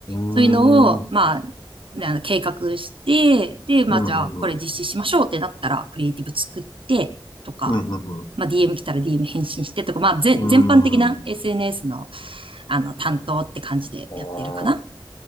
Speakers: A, on the left (about 60°); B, on the right (about 75°).
A: うん。
B: そういうのを、
A: うん。
B: まあ、あの計画して、で、まあ、
A: うん。
B: じゃあ、これ実施しましょうってなったら、クリエイティブ作って、とか、
A: うん。
B: まあ、DM 来たら DM 返信してとか、まあ、ぜ全般的な
A: うん。
B: SNS の、あの、担当って感じでやってるかな。
A: えー、